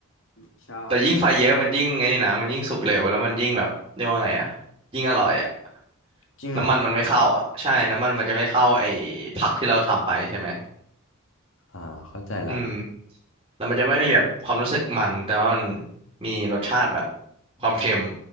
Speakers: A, on the left (about 60°); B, on the right (about 25°).
A: ใช่
B: แต่ยิ่งไฟเยอะมันยิ่งไอ้นี่นะมันยิ่งสุกเร็วแล้วมันยิ่งแบบเรียกว่าไงอ่ะยิ่งอร่อยอ่ะ
A: จริงเหรอ
B: น้ำมันมันไม่เข้าอ่ะใช่น้ำมันมันจะไม่เข้าไอ้ผักที่เราทำไปใช่ไหม
A: อ่าเข้าใจละ
B: อืม แล้วมันจะไม่มีแบบความรู้สึกมันแต่ว่ามันมีรสชาติแบบความเค็ม